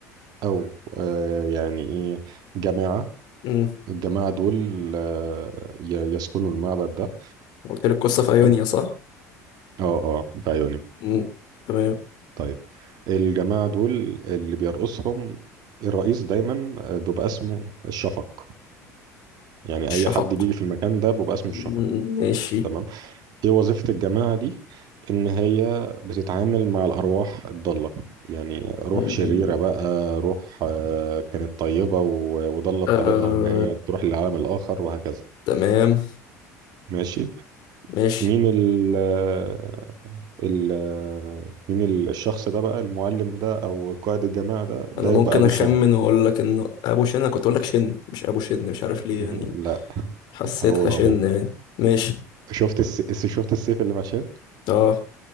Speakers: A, on the right (about 50°); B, on the left (about 55°).
A: او آه، يعني ايه جماعة
B: امم
A: الجماعة دول آه، ي- يسكنوا المعبد ده
B: قلت لك قصة في ايونيا
A: حلو
B: صح
A: اه اه في ايونيا
B: امم تمام
A: طيب الجماعة دول اللي بيرقصهم الرئيس دايما آه، بيبقى اسمه الشفق يعني
B: الشفق
A: أي حد بيجي في المكان ده بيبقى اسمه
B: مم،
A: الشفق
B: ماشي
A: تمام ايه وظيفة الجماعة دي إن هي بتتعامل مع الأرواح الضالة يعني روح
B: مم،
A: شريرة بقى روح آه، كانت طيبة و- وضلت
B: آه
A: طريقها إن هي تروح للعالم الآخر وهكذا
B: تمام
A: ماشي
B: ماشي
A: مين ال آه، ال آه، مين ال- الشخص ده بقى المعلم ده أو قائد الجماعة ده ده
B: انا ممكن
A: يبقى أبو
B: اخمن
A: شن
B: واقول لك انه ابو شن انا كنت اقول لك شن مش ابو شن مش عارف
A: <laughs>
B: ليه يعني
A: لا
B: حسيتها
A: هو
B: شن
A: ابوه
B: يعني ماشي
A: شفت الس... الس- شفت السيف اللي ماشي
B: اه